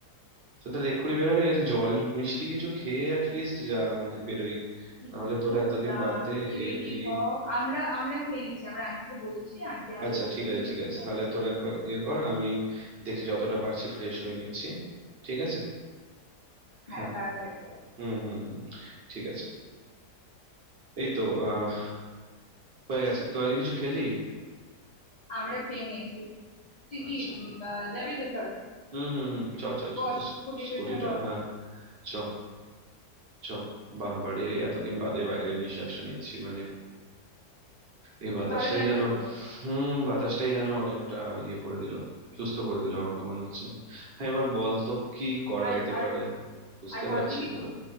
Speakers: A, on the right; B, on the left.
A: তো তাহলে এক্ষুনি বেরোবি না একটা জল মিষ্টি কিছু খেয়ে অ্যাটলিস্ট যা মানে বেরোই
B: কিচ্ছু
A: না হলে তোরা এতদিন
B: না
A: বাদে
B: তুই রেডি
A: এলি
B: হ আমরা আমরা খেয়ে নিচ্ছি আমরা আন্টিকে বলছি আন্টি আমাদের
A: আচ্ছা
B: দেবে
A: ঠিক
B: তুই
A: আছে ঠিক
B: রেডি
A: আছে
B: হ
A: তাহলে তোরা একবার ইয়ে কর আমি দেখছি যতটা পারছি ফ্রেশ হয়ে নিচ্ছি ঠিক আছে
B: হ্যাঁ
A: হ্যাঁ
B: তাড়াতাড়ি কর
A: হুম হুম হুম ঠিক আছে এই তো আহ হয়ে গেছে তোরা কি কিছু খেলি
B: আমরা খেয়ে নিয়েছি তুই কি
A: আচ্ছা
B: উম, আহ, যাবি তো চল
A: হুম হুম হুম চ চ
B: বস
A: চ তো
B: স্কুটির
A: স্কুটিটা
B: পেছনে বস
A: হ্যাঁ চ চ বাহ বাড়ে এতদিন বাদে বাইরের নিঃশ্বাসটা নিচ্ছি মানে এই বাতাসটাই
B: ভালো লাগছে
A: যেন
B: তো
A: হুম বাতাসটাই যেন অনেকটা ইয়ে করে দিল সুস্থ করে দিল আমাকে মনে হচ্ছে হ্যাঁ এবার বল তো কি করা
B: আর
A: যেতে
B: আর
A: পারে বুঝতে
B: আর ভাবলি
A: পারছি
B: কিছু
A: না